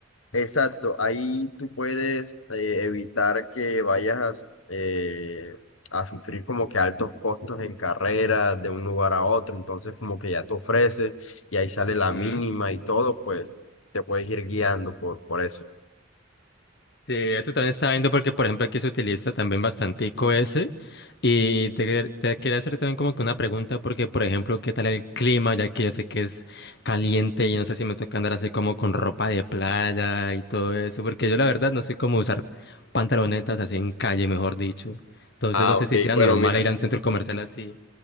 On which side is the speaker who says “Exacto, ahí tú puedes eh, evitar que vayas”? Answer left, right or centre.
Left